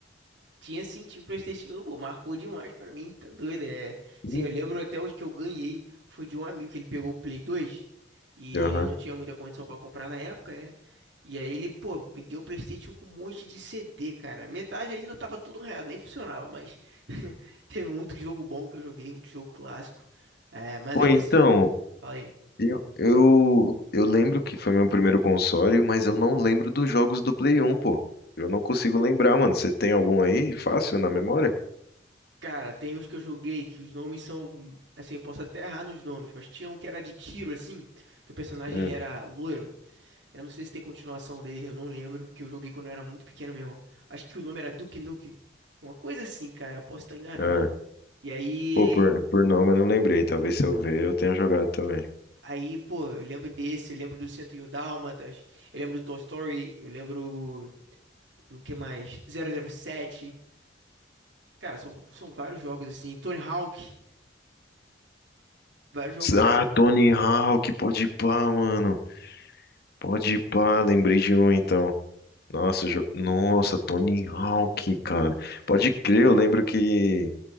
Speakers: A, on the right; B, on the left.
A: Tinha sim, tinha o PlayStation 1, pô, marcou demais pra mim, tá doido, é. Sim,
B: Hum.
A: eu lembro até hoje que eu ganhei, foi de um amigo que ele pegou o Play 2 e
B: Aham.
A: eu não tinha muita condição pra comprar na época, né? E aí ele, pô, me deu o PlayStation 1 com um monte de CD, cara. Metade ali não tava tudo reado, nem funcionava, mas <laughs> teve muito jogo bom que eu joguei, muito jogo clássico. É, mas
B: Pô,
A: ainda
B: então,
A: assim, falei,
B: Eu, eu, eu lembro que foi meu primeiro console, mas eu não lembro dos jogos do Play 1, pô. Eu não consigo lembrar, mano. Você tem algum aí fácil na memória?
A: cara, tem uns que eu joguei que os nomes são, assim, eu posso até errar nos nomes, mas tinha um que era de tiro assim, que o personagem
B: Hum,
A: ele era loiro. Eu não sei se tem continuação dele, eu não lembro, porque eu joguei quando eu era muito pequeno mesmo. Acho que o nome era Duke Nukem. Uma coisa assim, cara, eu posso estar enganado.
B: é.
A: E aí,
B: Pô, por, por nome eu não lembrei. Talvez se eu ver eu tenha jogado também.
A: aí, pô, eu lembro desse, eu lembro do 101 Dálmatas, eu lembro do Toy Story, eu lembro do que mais? Zero zero sete. Cara, são, são vários jogos assim, Tony Hawk, vários jogos,
B: Ah, Tony Hawk, pode pá, mano. Pode pá, lembrei de um então. Nossa, jo- Nossa, Tony Hawk, cara. Pode crer, eu lembro que